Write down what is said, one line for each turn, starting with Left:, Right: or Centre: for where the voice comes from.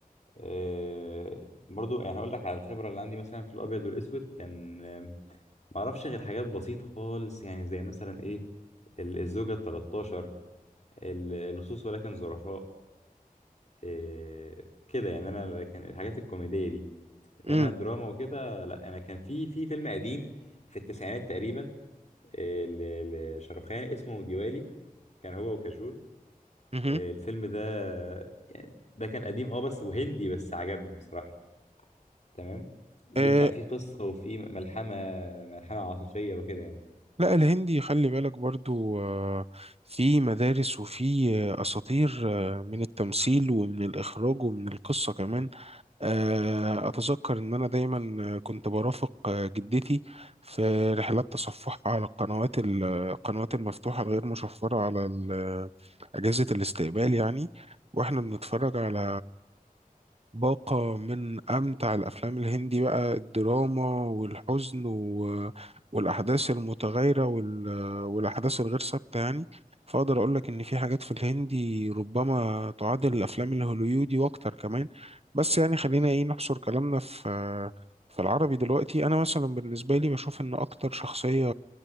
Left: أه برضو يعني هقول لك على الخبره اللي عندي مثلا في الابيض والاسود كان آم، ما اعرفش غير حاجات بسيطه خالص يعني زي مثلا ايه ال- الزوجه ال 13 ال- لصوص ولكن ظرفاء أه كده يعني انا كان الحاجات الكوميديه دي
Right: مهم،
Left: انما الدراما وكده لا انا كان في في فيلم قديم في التسعينات تقريبا آه، ل- لشاروخان اسمه ديوالي كان هو وكاجول
Right: مهم.
Left: آه، الفيلم ده يعني ده كان قديم اه بس وهندي بس عجبني بصراحة تمام بيحكي
Right: آه،
Left: عن فيه قصة وفيه ملحمة ملحمة عاطفية وكده يعني
Right: لا الهندي خلي بالك برضو آه، في مدارس وفي آه، أساطير آه، من التمثيل ومن الإخراج ومن القصة كمان آه، أتذكر إن أنا دايما كنت برافق آه، جدتي في رحلات تصفحها على القنوات ال- القنوات المفتوحة الغير مشفرة على ال- أجهزة الاستقبال يعني وإحنا بنتفرج على باقة من أمتع الأفلام الهندي بقى الدراما والحزن و- والأحداث المتغيرة وال- والأحداث الغير ثابتة يعني فأقدر أقول لك إن في حاجات في الهندي ربما تعادل الأفلام الهوليودي وأكتر كمان بس يعني خلينا ايه نحصر كلامنا في في العربي دلوقتي انا مثلا بالنسبه لي بشوف ان اكتر شخصيه